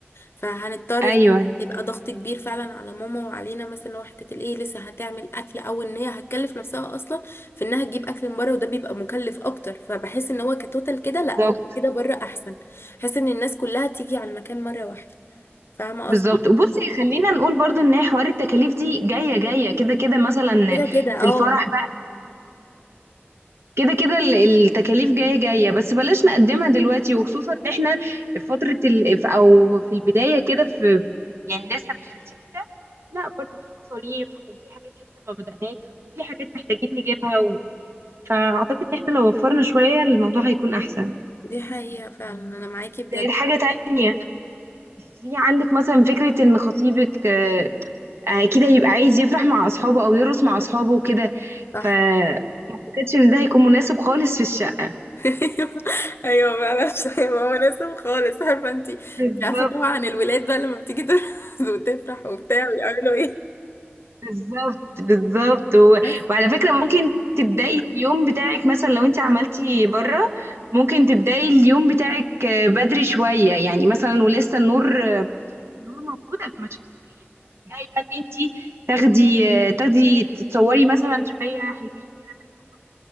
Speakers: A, on the left; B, on the right.
A: فهنضطر
B: ايوه
A: فعلاً تبقى ضغط كبير فعلا على ماما وعلينا مثلا لو حتة الايه لسه هتعمل اكل او ان هي هتكلف نفسها اصلا في انها تجيب اكل من بره وده بيبقى مكلف اكتر فبحس ان هو كتوتال كده لا
B: بالظبط
A: هو كده بره احسن بحس ان الناس كلها تيجي على المكان مرة واحدة فاهمة
B: بالظبط
A: قصدي
B: وبصي خلينا نقول برضو ان هي حوار التكاليف دي جايه جايه كده كده مثلا
A: كده كده اه
B: في الفرح كده كده ال- التكاليف جاية جاية بس بلاش نقدمها دلوقتي وخصوصا ان احنا في فترة ال... في- او في البداية كده في يعني لسه في الشبكة لا برضو في مصاريف وفي حاجات لسه ما بدأناش وفي حاجات محتاجين نجيبها و... فأعتقد ان احنا لو وفرنا شوية الموضوع هيكون أحسن
A: دي حقيقة فعلا انا معاكي بجد
B: زائد حاجة تانية في عندك مثلا فكرة ان خطيبك آه، آه، كده يبقى عايز يفرح مع أصحابه أو يرقص مع أصحابه وكده
A: صح
B: ف ما اعتقدش ان ده هيكون مناسب خالص في الشقة
A: <laughs> ايوه ايوه فعلا <laughs> مش هيبقى مناسب خالص عارفه انت
B: بالظبط
A: عارفه طبعا الولاد بقى لما بتيجي ترقص <laughs> وتفرح وبتاع ويعملوا ايه
B: بالظبط بالظبط و...
A: بس
B: وعلى فكرة ممكن تبدأي اليوم بتاعك مثلا لو انت عملتي بره ممكن تبدأي اليوم بتاعك آه، بدري شوية يعني مثلا ولسه النور آه، النور موجود قبل ما الشمس تغيب تبدأي بقى ان انت تاخدي آه، تاخدي تتصوري مثلا شوية حلوين كده في النور